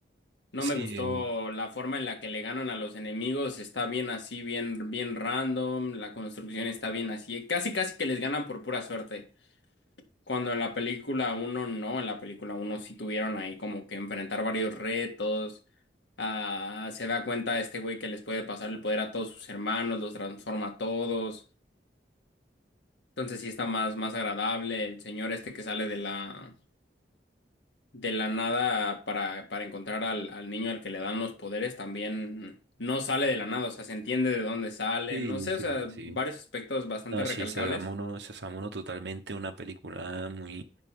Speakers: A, on the left; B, on the right.
A: No
B: Sí,
A: me gustó la forma en la que le ganan a los enemigos, está bien así, bien, bien random, la construcción está bien así, casi casi que les ganan por pura suerte. Cuando en la película uno no, en la película uno sí tuvieron ahí como que enfrentar varios retos, ah, se da cuenta este güey que les puede pasar el poder a todos sus hermanos, los transforma a todos, entonces sí está más, más agradable el señor este que sale de la de la nada para, para encontrar al, al niño al que le dan los poderes también no sale de la nada, o sea, se entiende de dónde sale,
B: sí,
A: no sé,
B: sí,
A: o sea,
B: sí.
A: varios aspectos bastante
B: No,
A: recalcables.
B: sí, Sasamuno, Sasamuno totalmente una película muy,